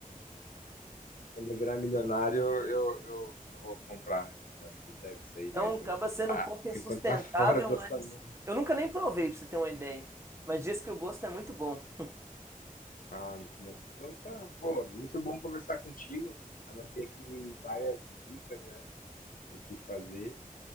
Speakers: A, on the left (about 70°); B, on the right (about 20°).
A: Quando eu virar milionário, eu, eu, eu vou comprar, vai se dar isso aí,
B: Então
A: mas
B: acaba sendo
A: ah,
B: um pouco
A: por
B: insustentável,
A: enquanto tá fora do orçamento.
B: mas eu nunca nem provei, pra você ter uma ideia. Mas diz que o gosto é muito bom.
A: Ah, muito bom. Então tá, pô, muito bom conversar contigo. Anotei aqui várias dicas, né, do que fazer,